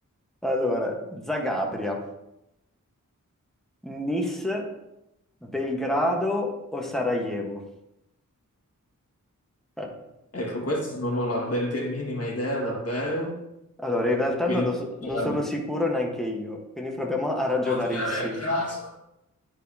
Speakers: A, in the centre; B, on the left.
A: allora, Zagabria, Nis, Belgrado o Sarajevo? <laughs>
B: Ecco, questa non ho la benché minima idea davvero,
A: Allora, in realtà
B: quindi
A: non, lo so-
B: devo
A: non sono sicuro neanche io, quindi proviamo a ragionare
B: tirare
A: insieme.
B: a caso,